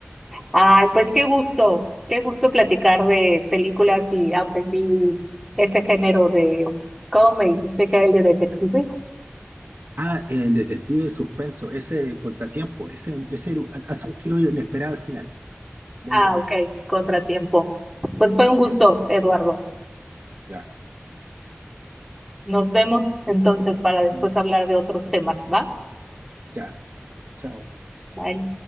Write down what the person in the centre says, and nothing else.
Ay,
pues qué gusto, qué gusto platicar de películas y aprendí ese género de, ¿cómo me dijiste que era el de detective?
Ah,
ok, contratiempo. Pues fue un gusto,
Eduardo.
Nos vemos
entonces para después
hablar de otros temas, ¿va?
Bye.